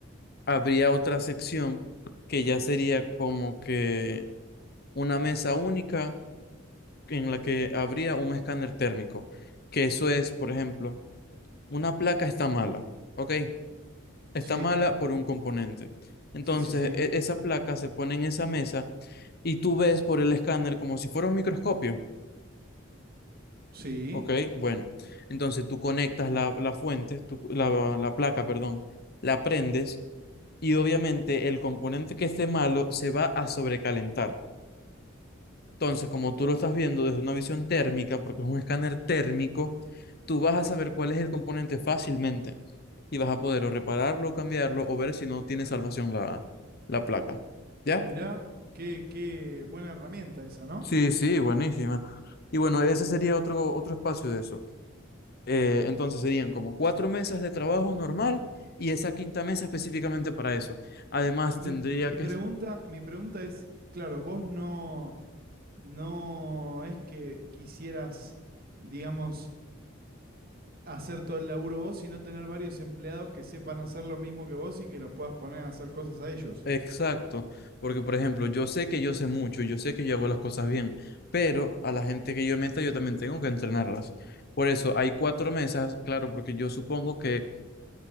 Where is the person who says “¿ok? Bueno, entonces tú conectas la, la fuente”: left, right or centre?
Left